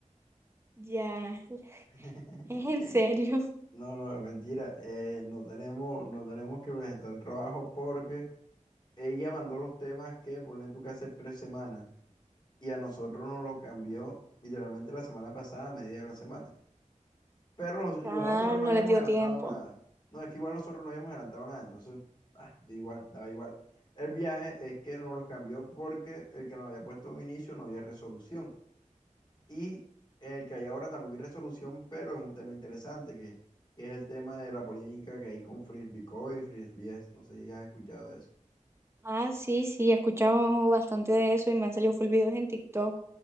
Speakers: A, on the right (about 20°); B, on the left (about 35°).
A: ya. <laughs>
B: <laughs>
A: ¿Es en serio?
B: No, no, es mentira. Eh, no tenemos, no tenemos que presentar el trabajo porque ella mandó los temas que pone tú que hace tres semanas y a nosotros nos lo cambió literalmente la semana pasada, a media de la semana. Pero nos- igual
A: Ah,
B: nosotros no
A: no
B: habíamos
A: les dio
B: adelantado
A: tiempo.
B: nada. No, es que igual nosotros no habíamos adelantado nada, entonces, ah, da igual, daba igual. El viaje es que nos los cambió porque el que nos había puesto un inicio no había resolución. Y el que hay ahora tampoco hay resolución, pero es un tema interesante, que, que es el tema de la polémica que hay con Frisbee Co y Frisbee No sé si has escuchado de eso.
A: Ah, sí, sí, he escuchado bastante de eso y me han salido full videos en TikTok.